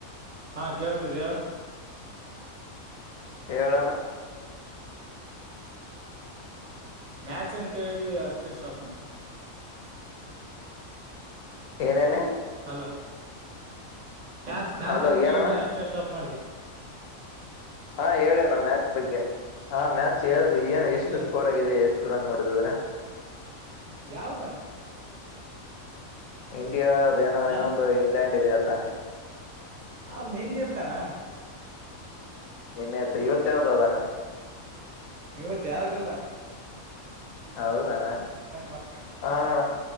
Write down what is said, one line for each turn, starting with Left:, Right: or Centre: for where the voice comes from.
Right: ಹಾ ಕೇಳ್ತಿತಿದ್ದೆ ಹೇಳು
Left: ಹೇಳಣ್ಣ
Right: ಮ್ಯಾಚ್ ಅಂತ ಹೇಳ್ದಿ ಅಷ್ಟೇ ಸ್ಟಾಪ್ ಮಾಡಿದೆ
Left: ಏನೇನು
Right: ಹಲೋ ಮ್ಯಾಚ್ ಮ್ಯಾಚ್
Left: ಹಲೋ
Right: ಅಂತ ಕೇಳಿ
Left: ಏನಣ್ಣ
Right: ಅಷ್ಟೇ ಸ್ಟಾಪ್ ಮಾಡಿದಿ
Left: ಹಾ ಹೇಳಿ ಅಣ್ಣ ಮ್ಯಾಚ್ ಬಗ್ಗೆ ಹಾ ಮ್ಯಾಚ್ ಹೇಳ್ದ ಏನ್
Right: ಅದೇ
Left: ಎಷ್ಟು ಸ್ಕೋರ್ ಆಗಿದೆ ಎಷ್ಟು ರನ್ ನೋಡಿದ್ರ
Right: ಯಾವದಣ್ಣ
Left: ಇಂಡಿಯಾದ ಏನೋ
Right: ಹಾ
Left: ಇನ್ನೊಂದು ಇಂಗ್ಲೆಂಡ್ ಇದೆ ಅತಾನೆ
Right: ಹ ಮೀನ್ಗೆತ್ತಾನ
Left: ನಿನ್ನೆತ್ ಇವತ್ತ ಯಾವ್ದದನ್ನಾ
Right: ಇವತ್ತು ಯಾವ್ದು ಇಲ್ಲ
Left: ಹೌದಣ್ಣ
Right: ಮತ್ತೆ
Left: ಆ ಅಣ್ಣ